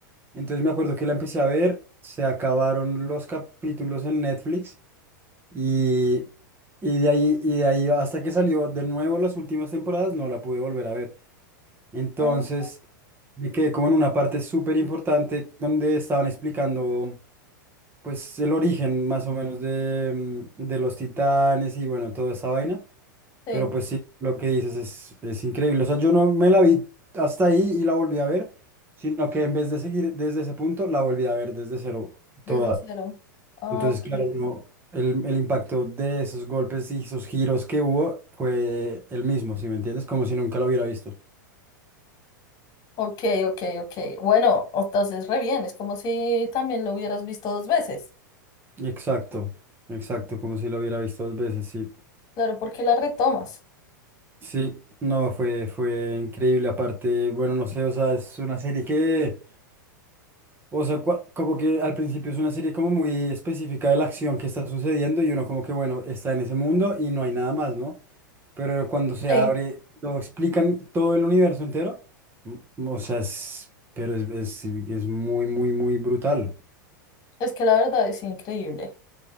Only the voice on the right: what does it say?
Entonces me acuerdo que la empecé a ver, se acabaron los capítulos en Netflix y, y de ahí, y de ahí hasta que salió de nuevo las últimas temporadas, no la pude volver a ver. Entonces,
me quedé como en una parte súper importante donde estaban explicando, pues, el origen más o menos de, mm, de los titanes y bueno, toda esa vaina.
Pero pues sí, lo que dices es, es increíble. O sea, yo no me la vi hasta ahí y la volví a ver, sino que en vez de seguir desde ese punto, la volví a ver desde cero
toda.
Entonces,
claro, no, el, el impacto de esos golpes y esos giros que hubo fue el mismo, si me entiendes? Como si nunca lo hubiera visto.
Exacto, exacto, como si lo hubiera visto dos veces, sí.
Sí, no, fue, fue increíble. Aparte, bueno, no sé, o sea, es una serie que, o sea, cua- como que al principio es una serie como muy específica de la acción que está sucediendo y uno como que, bueno, está en ese mundo y no hay nada más, ¿no? Pero cuando se
abre, lo explican todo el universo entero, mm, o sea, es, pero es, es, es muy, muy, muy brutal.